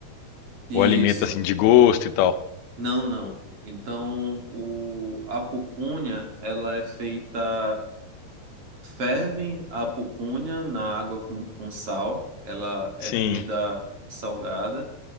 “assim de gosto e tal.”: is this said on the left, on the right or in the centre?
Left